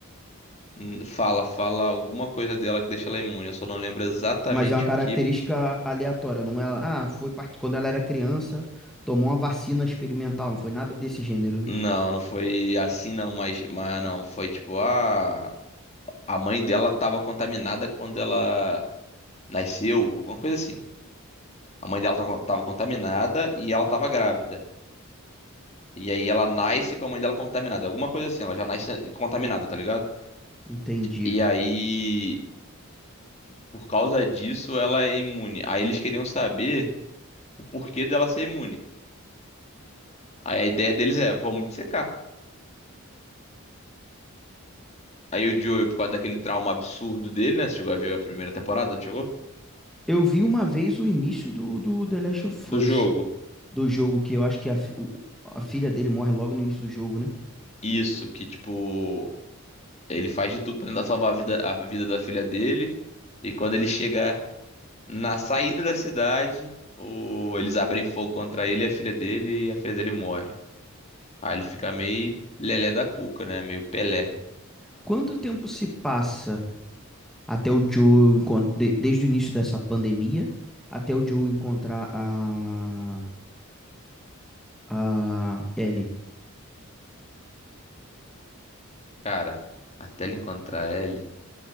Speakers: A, on the left; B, in the centre.
A: Hum, Fala, fala alguma coisa dela que deixa ela imune, eu só não lembro exatamente
B: Mas é uma característica
A: o que.
B: aleatória, não é? Ah, foi part- quando ela era criança, tomou uma vacina experimental, não foi nada desse gênero, né?
A: Não, não foi assim não, mas, mas não, foi tipo, ah. A mãe dela estava contaminada quando ela nasceu, alguma coisa assim. A mãe dela estava contaminada e ela estava grávida. E aí ela nasce com a mãe dela contaminada, É alguma coisa assim, ela já nasce contaminada, tá ligado?
B: Entendi.
A: E aí, por causa disso, ela é imune. Aí eles queriam saber o porquê dela ser imune. Aí a ideia deles é, vamos dissecar. Aí o Joel, por causa daquele trauma absurdo dele, né? Você chegou a ver a primeira temporada, não chegou?
B: Eu vi uma vez o início do, do The Last of
A: Do
B: Us,
A: jogo.
B: do jogo, que eu acho que a, fi- o- a filha dele morre logo no início do jogo, né?
A: Isso, que tipo, Ele faz de tudo pra tentar salvar a vida, a vida da filha dele. E quando ele chega na saída da cidade, o... eles abrem fogo contra ele e a filha dele, e a filha dele morre. Aí ele fica meio lelé da cuca, né? Meio Pelé.
B: Quanto tempo se passa até o Joe encontrar, desde o início dessa pandemia, até o Joe encontrar a, a Ellie?
A: Cara, até ele encontrar ele.